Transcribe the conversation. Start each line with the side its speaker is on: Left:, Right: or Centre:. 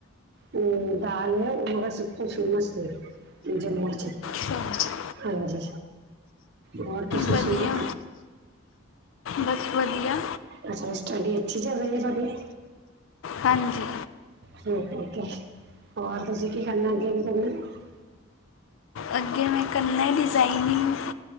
Right: ਉਹ ਦਾਲ ਹੈ, ਉਹ ਮਗਰ ਚੀਨੇ ਛੋਲੇ ਫੇਮਸ ਜੰਮੂ ਚੱ
Left: ਅੱਛਾ
Right: ਹਾਂਜੀ, ਹੋਰ ਤੁਸੀਂ
Left: ਵਧੀਆ
Right: ਸੁਣਾਓ
Left: ਬਸ ਵਧੀਆ
Right: ਅੱਛਾ, ਸਟੱਡੀ ਅੱਛੀ ਚੱਲ ਰਹੀ ਹੈ ਸਾਡੀ
Left: ਹਾਂਜੀ
Right: ਠੀਕ, ਹੋਰ ਤੁਸੀਂ ਕੀ ਕਰਨਾ ਅੱਗੇ ਕੀ ਕਰਨਾ
Left: ਅੱਗੇ ਮੈਂ ਕਰਨਾ ਡਿਜ਼ਾਇਨੀਂਗ